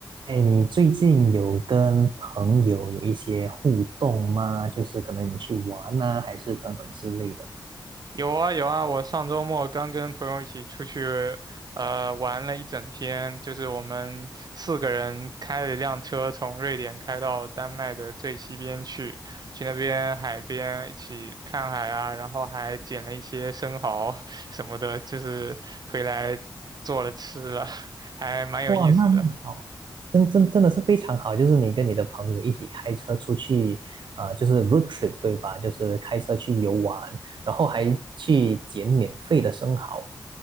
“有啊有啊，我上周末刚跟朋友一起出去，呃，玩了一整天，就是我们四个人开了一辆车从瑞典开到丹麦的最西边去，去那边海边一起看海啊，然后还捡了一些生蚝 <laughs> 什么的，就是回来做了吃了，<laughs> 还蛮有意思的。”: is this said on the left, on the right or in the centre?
Right